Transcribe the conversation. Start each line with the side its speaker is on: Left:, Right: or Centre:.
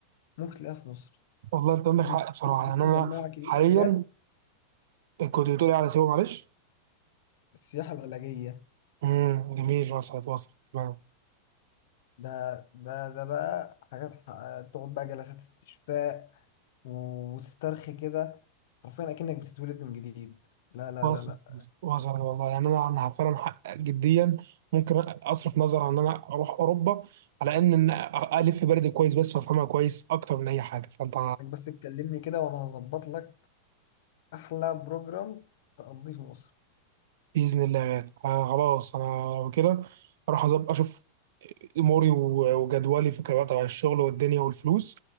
Left: ممكن تلاقيها في مصر
Right: والله انت عندك
Left: بالنسبة
Right: حق بصراحه
Left: لي مصر
Right: يعني
Left: دي
Right: انا
Left: مجمعة كمية
Right: حاليا
Left: حاجات
Right: كنت بتقولي على سيوه معلش
Left: السياحة العلاجية
Right: امم جميل وصلت وصلت تمام
Left: ده ده ده بقى حاجات ح- تقعد بقى جلسات استشفاء وتسترخي كده حرفيا اكنك بتتولد من جديد لا لا
Right: وصلت
Left: لا لا
Right: وصلت والله يعني انا انا فعلا حق- جديا ممكن اصرف نظر عن ان انا اروح اوروبا على ان ان الف بلدي كويس بس وافهمها كويس اكتر من اي حاجه فانت
Left: إنك بس تكلمني كده وانا هظبط لك احلى بروجرام تقضيه في مصر
Right: باذن الله آه خلاص انا كده اروح أظبط- اشوف اموري و- وجدولي في كبقى تبع الشغل والدنيا والفلوس